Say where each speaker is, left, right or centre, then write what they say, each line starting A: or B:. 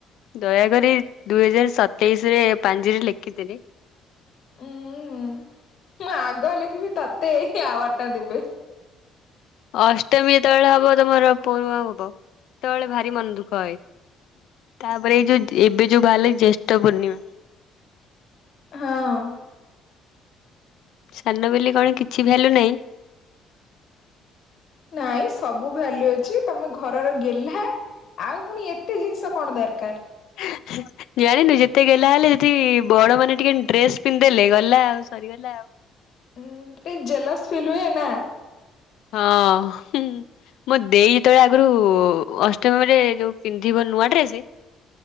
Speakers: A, on the left; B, on the left.
A: ଦୟାକରି ଦୁଇ ହଜାର ସତେଇଶ ରେ ପାଞ୍ଜିରେ ଲେଖି ଦେବେ।
B: ଉୁଁ ମୁଁ ଆଗ ଲେଖିବି ତତେ ଏଇ ଆୱାର୍ଡ ଟା ଦେବେ।
A: ଅଷ୍ଟମୀ ଯେତେବେଳେ ହବ ତମର ପୋଢୁଆଁ ହବ ସେତେବେଳେ ଭାରି ମନ ଦୁ ଖ ତାପରେ ଏଇ ଯୋଉ ଏବେ ଯୋଉ ବା ଜ୍ୟେଷ୍ଠ ପୂର୍ଣ୍ଣିମା।
B: ହଁ
A: ସାନ ବୋଲି କଣ କିଛି ଭ୍ୟାଲ୍ୟୁ ନାହିଁ।
B: ନାଇଁ ସବୁ ଭାଲ୍ୟୁ ଅଛି ତମେ ଘରର ଗେଲ୍ହା। ଆଉ ପୁଣି ଏତେ ଜିନିଷ କଣ ଦରକାର।
A: <inaudible> ଜାଣିନୁ ଯେତେ ଗେଲ୍ହା ହେଲେ ଯଦି ବଡ ମାନେ ଟିକେ ଡ୍ରେସ ପିନ୍ଧି ଦେଲେ ଗଲା ଆଉ ସରିଗଲା ଆଉ।
B: ଉଁ ଟିକେ ଜେଲସ ଫିଲ୍ ହୁଏ ନା।
A: ହଁ ହୁଁ। ମୁଁ ଦେଇ ଯେତେବେଳେ ଆଗରୁ ଅଷ୍ଟମରେ ଯୋଉ ପିନ୍ଧିବ ନୂଆ ଡ୍ରେସ୍